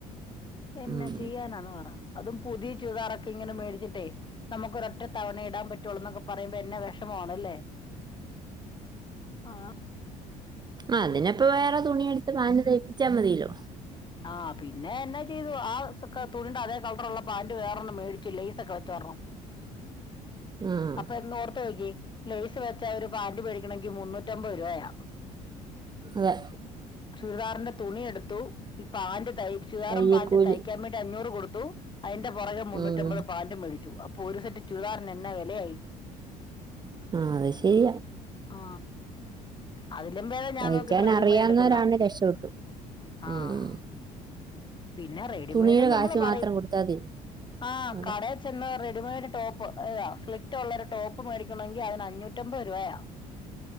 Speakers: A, on the left; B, on the right.
A: എന്നാ
B: ഉം
A: ചെയ്യാനാന്ന് പറ അതും പുതിയ ചുരിദാറൊക്കെയി ഇങ്ങനെ മേടിച്ചിട്ടെ നമുക്കൊരു ഒറ്റ തവണ ഇടാൻ പറ്റോള്ളൂ ന്നൊക്കെ പറയുമ്പോ എന്നാ വെഷമവാണല്ലേ ആ
B: ആ അതിനപ്പ വേറെ തുണി എടുത്ത് പാന്റ് തൈക്കും ചമ്മതിലോ
A: ആ പിന്നെ എന്നാ ചെയ്തു ആ തുണിണ്ട അതേ കളറുള്ള പാന്റ് വേറൊന്ന് മേടിച്ചു ലെയ്സ് ഒക്കെ വെ ചേർന്നു
B: ആഹ്
A: അപ്പ എന്ന് ഓർത്ത് നോക്കിയെ ലെയ്സ് വെച്ച ചേരും പാന്റ് മേടിക്കണെങ്കിൽ മുന്നൂറ്റമ്പത് അമ്പരൂപയ
B: അതെ
A: ചുരിദാറിന്റെ തുണിയെടുത്തു ഈ പാന്റും തച്ചുേറ
B: തയ്യക്കൂലി
A: പാട്ടി തയ്ക്കാൻ വേണ്ടി അഞ്ഞൂറ് കൊടുത്ത് ദ അതിന്റെ പുറകെ മുന്നൂറ്റിമ്പത്
B: ഉം
A: പാന്റ് മേിടിച്ചു അപ്പൊ ഒരു സെറ്റ് ചുതാറിന് എന്നാ വിലയായി
B: ആ അത് ശരി
A: ആ അതില്പേ ഞാൻ
B: തയ്ക്കാൻ
A: നോക്കിട്ട് റെഡിമെയഡ്
B: അറിയാവുന്നവരാണ്
A: എടുക്കുന്നാ
B: രക്ഷപ്പെട്ടു
A: ആഹ
B: ഉം
A: പിന്നെ റെഡിമെയഡും
B: തുണിയുടെ
A: നമ്മള്
B: കാശ്
A: പറയും
B: മാത്രം കൊടുത്താതി
A: ആ
B: അതെ
A: കടയൽ ചെന്ന് ഒരുടുമയുടെ ടോപ്പ് ഏാ ഫ്ലിപറ്റ്ള്ള ഒരു ടോപ്പ് മേടിക്കണമെങ്കിൽ അതിന് അഞ്ഞൂറ്റമ്പത് രൂപയാവും